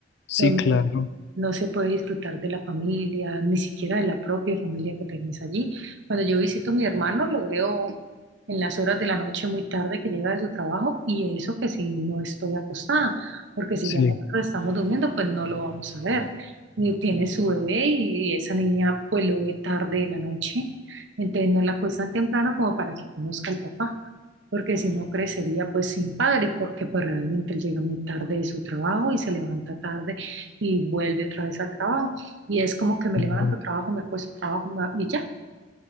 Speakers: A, on the left (about 65°); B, on the right (about 75°).
A: Sí,
B: donde
A: claro,
B: no se puede disfrutar de la familia, ni siquiera de la propia familia que tenés allí. Cuando yo visito a mi hermano, lo veo en las horas de la noche muy tarde que llega de su trabajo y eso que si no estoy acostada, porque si
A: sí,
B: ya nosotros estamos durmiendo, pues no lo vamos a ver. Y tiene su bebé y esa niña pues lo ve tarde de la noche, entonces no la acuestan temprano como para que conozca al papá porque si no crecería pues sin padre, porque pues realmente él llega muy tarde de su trabajo y se levanta tarde y vuelve otra vez al trabajo. Y es como que me
A: claro,
B: levanto, trabajo, me puesto trabajo ma- y ya.